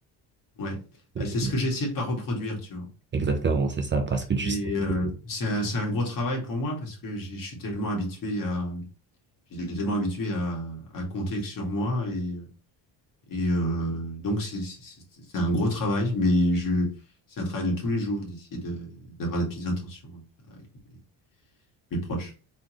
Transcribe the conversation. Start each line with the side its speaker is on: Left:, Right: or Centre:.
Left: ouais,
Right: Et-
Left: Bah, c'est ce que j'ai essayé de pas reproduire, tu vois.
Right: Exactement, c'est ça, parce que tu
Left: Et
Right: sais.
Left: euh,
Right: que-
Left: c'est un, c'est un gros travail pour moi parce que j'ai- je suis tellement habitué à, j'étais tellement habitué à, à compter que sur moi et euh, Et euh, donc, c'est c'est- c'est- c'est un gros travail, mais je, c'est un travail de tous les jours d'essayer de, d'avoir des petites intentions avec mes, mes proches.